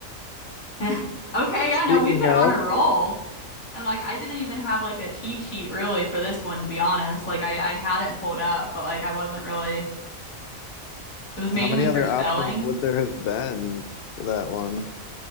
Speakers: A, on the left; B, on the left.
A: <laughs> Okay, yeah,
B: Speaking
A: no, we've been
B: of,
A: on a roll. And like I didn't even have like a cheat sheet really for this one to be honest. Like I I had it pulled up, but like I wasn't really it was mainly
B: how many other
A: for spelling.
B: options would there have been for that one?